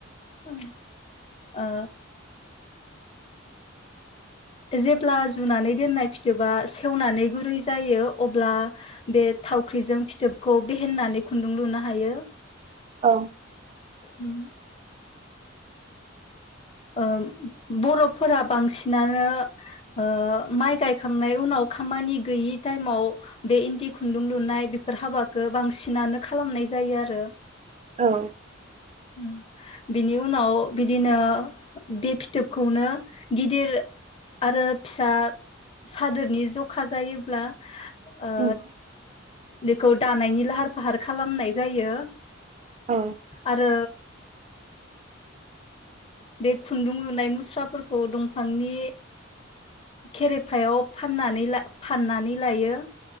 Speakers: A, on the left; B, on the right.
A: ओ ओ जेब्ला जुनानै दोननाय फिथोबा सेवनानै गुरै जायो अब्ला बे थावख्रिजों फिथोबखौ बेहेननानै खुन्दुं लुनो हायो
B: औ।
A: उम ओ बर'फोरा बांसिनानो ओ माइ गायखांनाय उनाव खामानि गैयि टाइमाव बे इन्दि खुन्दुं लुनाय बेफोर हाबाखौ बांसिनानो खालामनाय जायो आरो
B: औ
A: उम बिनि उनाव बिदिनो बे फिथोबखौनो गिदिर आरो फिसा सादोरनि ज'खा जायोब्ला ओ
B: उम
A: बेखौ दानायनि लाहार फाहार खालामनाय जायो।
B: औ।
A: आरो बे खुन्दुं लुनाय मुस्राफोरखौ दंफांनि खेरेफायाव फाननानै फाननानै लायो।